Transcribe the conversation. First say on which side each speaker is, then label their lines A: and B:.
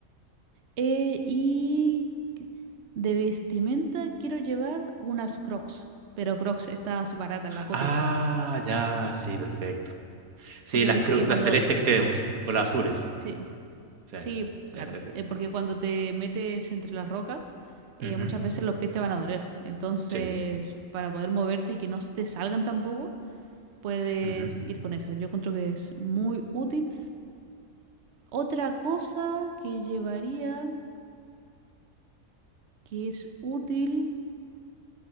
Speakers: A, on the right (about 55°); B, on the right (about 80°).
A: Eh, y que- de vestimenta quiero llevar unas Crocs, pero Crocs estas baratas, la copia.
B: Ah, ya, sí, perfecto. Sí,
A: Porque
B: las
A: pensé
B: crux,
A: que cuando...
B: las celestes que tenemos, o las azules.
A: Sí.
B: Sí,
A: Sí,
B: sí,
A: claro,
B: sí, sí.
A: eh, porque cuando te metes entre las rocas, eh,
B: Ujú,
A: muchas veces los pies te van a doler. Entonces,
B: Sí.
A: para poder moverte y que no se te salgan tampoco, puedes
B: ujú.
A: ir con eso. Yo encuentro que es muy útil. Otra cosa que llevaría, que es útil,